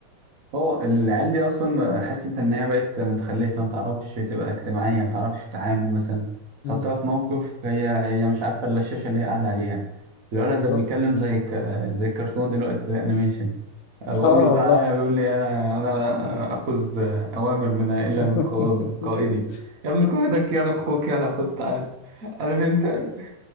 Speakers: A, on the right; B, on the left.
A: اه العيال دي اصلا حاسس انت ان هي بقت متخلفه ما تعرفش تبقى اجتماعيه ما تعرفش تتعامل مثلا تحطها
B: مم،
A: في موقف هي هي مش عارفه الا الشاشه اللي هي قاعده عليها الولد
B: بالظبط
A: ده بيتكلم زي ك... زي الكرتون دلوقتي زي الانيميشن بقول
B: اه
A: له
B: والله
A: تعالى بيقول لي انا انا لا اخذ اوامر من الا
B: <laughs>
A: من قائد قائدي يا ابن قائدك يا انا اخوك يلا خد تعالى عارف انت